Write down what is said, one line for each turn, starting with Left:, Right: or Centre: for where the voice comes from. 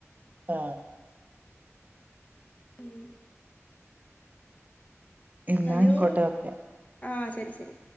Right: ആഹ്
Left: ഉം
Right: എന്നാ
Left: അയ്യോ
Right: ആയിക്കോട്ടെ ഓക്കെ
Left: ആഹ് ശരി ശരി